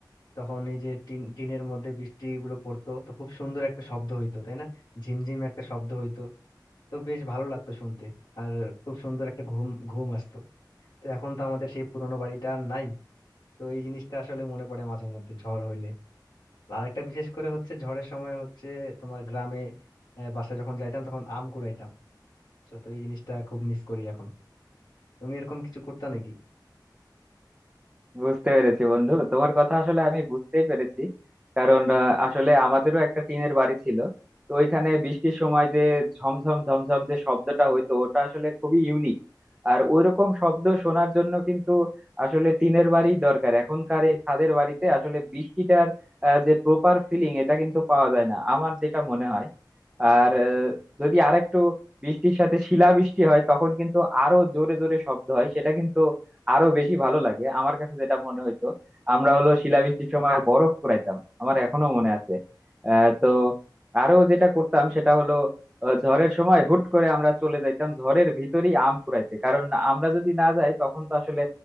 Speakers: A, on the left (about 70°); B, on the right (about 15°).
A: তখন এই যে টিন টিনের মধ্যে বৃষ্টি গুলো পড়তো তো খুব সুন্দর একটা শব্দ হইতো তাই না ঝিমঝিম একটা শব্দ হইতো তো বেশ ভালো লাগতো শুনতে আর খুব সুন্দর একটা ঘুম ঘুম আসতো তো এখন তো আমাদের সেই পুরোনো বাড়িটা আর নাই তো এই জিনিসটা আসলে মনে পড়ে মাঝে মধ্যে ঝড় হইলে আর একটা বিশেষ করে হচ্ছে ঝড়ের সময় হচ্ছে তোমার গ্রামে আহ, বাসায় যখন যাইতাম তখন আম কুড়াইতাম তো তো এই জিনিসটা খুব মিস করি এখন তুমি এরকম কিছু করতা নাকি
B: বুঝতে পেরেছি বন্ধু তোমার কথা আসলে আমি বুঝতেই পেরেছি কারণ আহ, আসলে আমাদেরও একটা টিনের বাড়ি ছিল তো ওইখানে বৃষ্টির সময় যে ঝমঝম ঝমঝম যে শব্দটা হইতো ওটা আসলে খুবই ইউনিক আর ওইরকম শব্দ শোনার জন্য কিন্তু আসলে টিনের বাড়ি দরকার এখনকার এই ছাদের বাড়িতে আসলে বৃষ্টিটার আহ, যে প্রপার ফিলিং এটা কিন্তু পাওয়া যায় না আমার যেটা মনে হয় আর আহ, যদি আরেকটু বৃষ্টির সাথে শিলা বৃষ্টি হয় তখন কিন্তু আরো জোরে জোরে শব্দ হয় সেটা কিন্তু আরো বেশি ভালো লাগে আমার কাছে যেটা মনে হইতো আমরা হলো শিলাবৃষ্টির সময় বরফ কুড়াইতাম আমার এখনো মনে আছে আহ তো আরো যেটা করতাম সেটা হলো আহ, ঝড়ের সময় হুট করে আমরা চলে যাইতাম ঝড়ের ভিতরেই আম কুড়াইতে কারণ আমরা যদি না যাই তখন তো আসলে